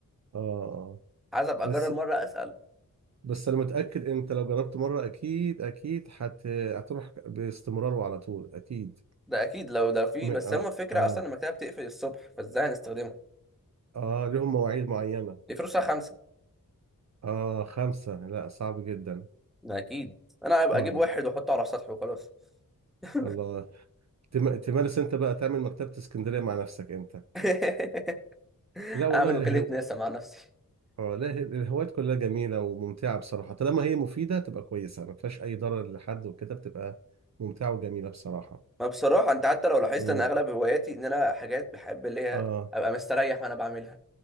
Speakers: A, on the right (about 50°); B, in the centre.
A: آه.
B: عايز ابقى
A: بس
B: اجرب مره اسال
A: بس أنا متأكد أنت لو جربت مرة أكيد أكيد هت... هتروح باستمرار وعلى طول أكيد
B: ده اكيد لو ده فيه
A: م...
B: بس
A: آه
B: هما فكره
A: آه
B: اصلا المكتبه بتقفل الصبح فازاي هنستخدمها
A: آه لهم مواعيد معينة
B: دي فلوسها خمسه
A: آه خمسة لا صعب جدا
B: ده اكيد انا هبقى
A: آه
B: اجيب واحد واحطه على السطح وخلاص <laughs>
A: الله تم... تمارس أنت بقى تعمل مكتبة اسكندرية مع نفسك أنت
B: <laughs>
A: لا والله
B: اعمل وكالة ناسا مع نفسي
A: اه لا هي- الهوايات كلها جميلة وممتعة بصراحة طالما هي مفيدة تبقى كويسة ما فيهاش أي ضرر لحد وكده بتبقى ممتعة وجميلة بصراحة
B: ما بصراحة انت حتى لو لاحظت
A: امم
B: ان اغلب هواياتي ان انا حاجات بحب اللي هي
A: اه
B: ابقى مستريح وانا بعملها